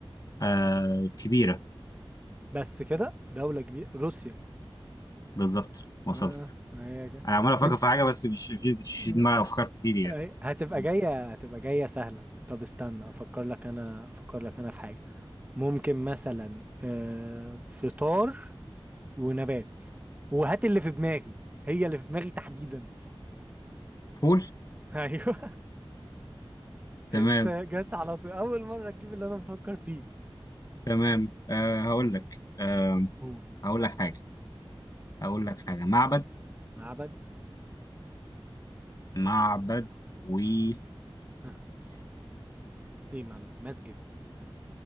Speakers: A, on the left (about 40°); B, on the right (about 15°).
A: آه كبيرة
B: بس كده دولة كبيرة روسيا
A: بالظبط وصلت
B: ما ما هي جاي.
A: أنا عمال أفكر
B: انت
A: في حاجة بس مش في مش
B: ما-
A: في دماغي أفكار كتير يعني
B: أي- هتبقى
A: فول
B: جاية هتبقى جاية سهلة طب استنى افكر لك انا افكر لك انا في حاجة ممكن مثلا آه، فطار ونبات وهات اللي في دماغي هي اللي في دماغي تحديدا
A: فول؟
B: <laughs> ايوه
A: تمام
B: س- جت على طول اول مرة تجيب اللي انا بفكر فيه
A: تمام آه هقول لك آه
B: قول
A: هقول لك حاجة هقول لك حاجة معبد
B: معبد
A: معبد وإله
B: ها، ايه معبد مسجد